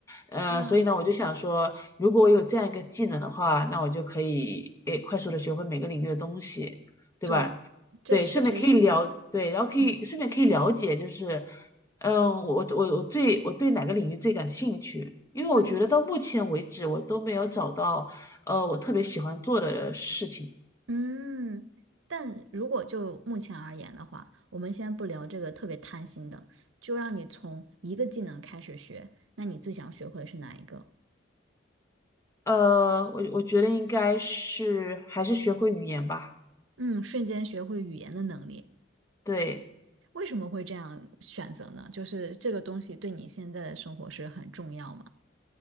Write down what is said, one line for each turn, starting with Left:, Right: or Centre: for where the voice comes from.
Left: 呃，
Right: 那
Left: 所以呢我就想说，如果我有这样一个技能的话，那我就可以诶快速的学会每个领域的东西，对吧？
Right: 对，这确实是，
Left: 对，顺便可以了，对，然后可以顺便可以了解，
Right: 嗯。
Left: 就是嗯，我我我最我对哪个领域最感兴趣？因为我觉得到目前为止，
Right: 嗯。
Left: 我都没有找到呃我特别喜欢做的事情。
Right: 嗯，但如果就目前而言的话，我们先不聊这个特别贪心的，就让你从一个技能开始学，那你最想学会是哪一个？
Left: 呃，我我觉得应该是还是学会语言吧。
Right: 嗯，瞬间学会语言的能力，
Left: 对，
Right: 为什么会这样选择呢？就是这个东西对你现在的生活是很重要吗？